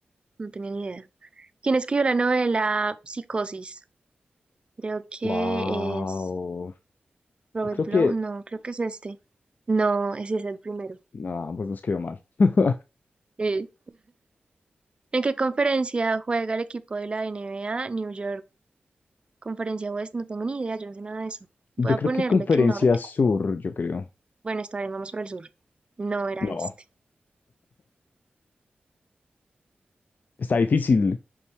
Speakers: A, on the right; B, on the left.
A: no tenía ni idea. ¿Quién escribió la novela Psicosis? Creo que
B: Wow.
A: es Robert
B: Yo creo
A: Blow.
B: que.
A: No, creo que es este. No, ese es el primero.
B: No, pues nos quedó mal. <laughs>
A: Sí. ¿En qué conferencia juega el equipo de la NBA New York? Conferencia West, no tengo ni idea, yo no sé nada de eso. Voy
B: Yo
A: a
B: creo
A: ponerle
B: que Conferencia
A: que norte.
B: Sur, yo creo.
A: Bueno, está bien, vamos por el sur. No era
B: No.
A: este.
B: Está difícil.